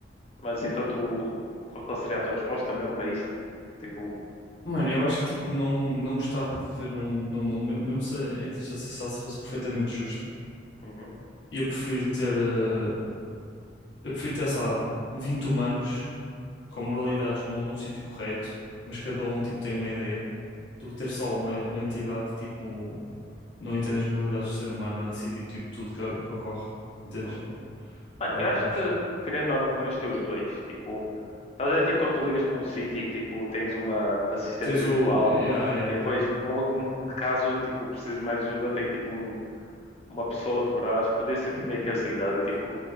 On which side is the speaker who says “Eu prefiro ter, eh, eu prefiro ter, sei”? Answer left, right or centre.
Left